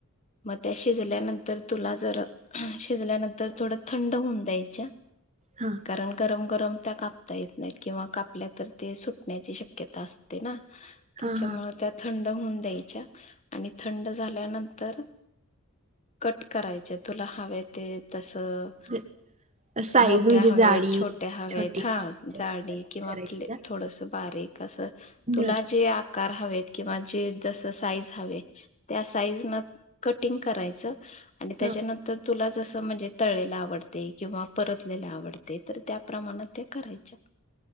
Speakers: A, on the left (about 30°); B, on the right (about 30°).
A: मग त्या शिजल्यानंतर तुला जर, शिजल्यानंतर थोड थंड होऊन द्यायच्या.
B: हां.
A: गरम गरम गरम त्या का येत नाही, किंवा कापल्या तर ते सुटण्याची शक्यता असते ना,
B: हा
A: त्याच्यामुळे
B: हा
A: त्यात थंड होऊन द्यायच्या, आणि थंड झाल्यानंतर कट करायचे, तुला हवे ते तसं
B: हं. साईज
A: मोठ्या
B: म्हणजे
A: हव्यात,
B: जाडी
A: छोट्या हव्यात,
B: छोटी
A: हा,
B: करायच
A: जाडी किंवा आपले थोडस बारीक असं, तुला
B: बर
A: जे आकार हवेत, किंवा जे जस साईज हवी त्या साईज न कटिंग करायचं. आणि त्याच्यानंतर
B: ह
A: तुला जसं म्हणजे तळलेलं आवडतय, किंवा परतलेल आवडतय तर त्या प्रमाणात त्या करायच्या.